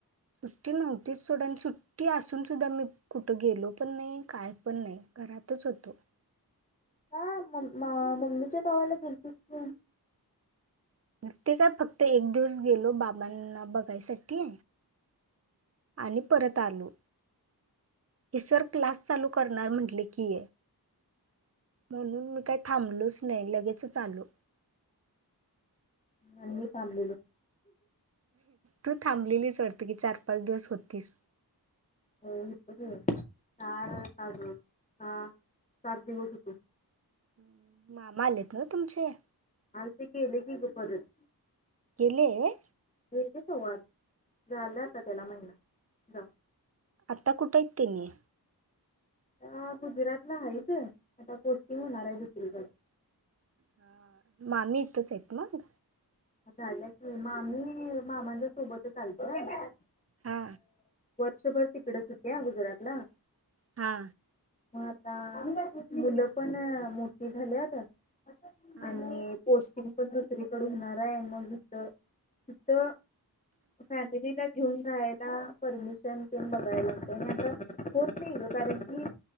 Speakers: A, on the right; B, on the left.
A: सुट्टी नव्हतीच सोड आणि सु टी असून सुद्धा मी कुठे गेलो पण नाही काय पण नाही घरातच होतो.
B: का म मम्मीच्या गावाला गेतीस ती.
A: हम्म ते का फक्त एक दिवस गेलो बाबांना बघायसाठी. आणि परत आलो. हे सर क्लास चालू करणार म्हटले की. म्हणून मी काही थांबलोच नाही लगेचच आलो.
B: आणि मी थांबलेलो.
A: तू थांबलेलीच वाडत की चार पाच दिवस होतीस.
B: होय होतो की चार का ग सहा सात दिवस होतो.
A: हम्म मामा आलेत होय तुमचे?
B: आलते गेले की ग परत.
A: गेलेये.
B: गेले कवाच, झाला आता त्याला महिना जाऊन.
A: आत्ता कुठे आहेत त्यांनी?
B: आत्ता गुजरातला आहे त आता पोस्टिंग होणार आहे दुसरीकडं.
A: ह मामी इथंच आहेत मग?
B: झाल्या कि मामी मामांच्या सोबतच आलत्या.
A: हा.
B: वर्षभर तिकडत होत्या गुजुरातला.
A: हा.
B: मग आता मुलं पण मोठी झाल्यात
A: हा
B: आणि पोस्टिंग पण दुसरी कड होणार आहे मग इथ इथ फॅमिलीला घेऊन जायला परमिशन तेन बघायला लागत आणि आता होत नाही. कारण की